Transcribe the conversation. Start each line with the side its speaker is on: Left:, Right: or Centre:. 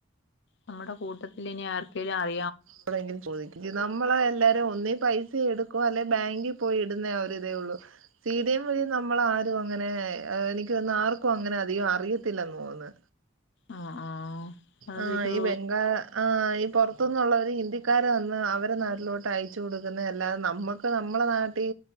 Left: നമ്മുടെ കൂട്ടത്തിൽ ഇനി ആർക്കെിലും അറ
Right: ആരോടെങ്കിലും ചോദിക്ക് നമ്മള എല്ലാവാരും ഒന്നി പൈസ എടുക്കും അല്ലെ ബാങ്കിൽ പോയി ടുന്നേ ആ ഒരിതേ ഉള്ളു സിഡിയം വഴി നമ്മൾ ആരും അങ്ങനെ എനിക്ക് തോന്ന ആർക്കും അങ്ങനെ അധികം അറിയത്തില്ല നോന്ന്
Left: ആ ആ അതൊരു
Right: ആ ഈ ബംഗാ ആ ഈ പുറത്തുന്നുള്ളവര് ഹിന്ദി ആൾക്കാരെ വന്ന് അവരെ നാട്ടിലോട്ട് അയച്ചു കൊടുക്കുന്നല്ലാതെ നമ്മക്ക് നമ്മളെ നാട്ടിൽ